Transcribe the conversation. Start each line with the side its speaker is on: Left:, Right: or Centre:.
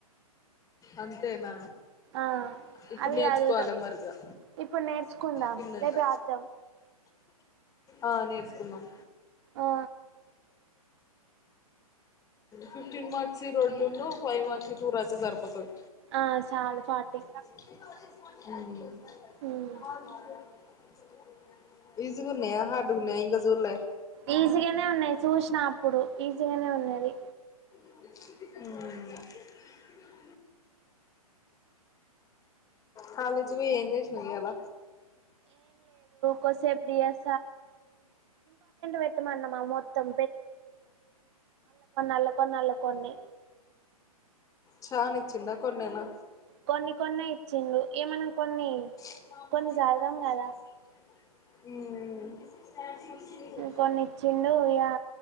Left: అంతేనా
Right: ఆ
Left: ఇప్పుడు
Right: అవి
Left: నేర్చుకోవాలి
Right: చదువుదాం
Left: మరిగా
Right: ఇప్పుడు నేర్చుకుందాం
Left: తిన్నంక
Right: రేపు రాద్దాం.
Left: ఆ నేర్చుకుందాం.
Right: ఆ
Left: ఫిఫ్టీన్ మార్క్స్వి రెండు ఉన్ను ఫైవ్ మార్క్స్వి టూ రాస్తే సరిపోతది.
Right: ఆ సాలు ఫార్టీ
Left: మ్
Right: మ్మ్
Left: ఈజీగున్నయా హార్డ్ గున్నయా ఇంక చూడలే
Right: ఈజీగానే ఉన్నాయి చూసిన అప్పుడు ఈజీగానే ఉన్నది.
Left: ఉమ్ కాలేజీ ఓయి ఏం చేసినావ్ ఇయాళ
Right: కోసేప్ డి ఎస్ పెట్టమన్నామా మొత్తం అల్లకొన్ని అల్లకొన్ని
Left: చానా ఇచ్చిండా కొన్నేనా
Right: కొన్ని కొన్నే ఇచ్చిండు ఇగ మనం కొన్ని
Left: ఉమ్
Right: కొన్ని చదవం కదా కొన్ని ఇచ్చిండు ఇగా